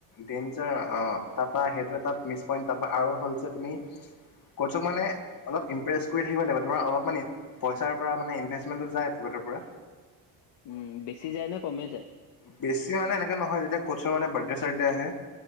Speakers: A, on the left; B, on the left.
A: ডেঞ্জাৰ অঁ, তাৰ সেইটো এটা মিছ পইণ্ট, তাৰ আৰু হল যে তুমি ক'চক মানে অলপ ইমপ্ৰেছ কৰি থাকিব লাগিব, তোমাৰ অলপ মানে পইচাৰ পৰা মানে ইনভেষ্টমেন্টত যায়। পকেটৰ পৰা
B: উম, বেছি যায় নে কমে যায়?
A: বেছি মানে এনেকে নহয়, যেতিয়া ক'চৰ মানে বাৰ্থডে চাৰ্থডে আহে।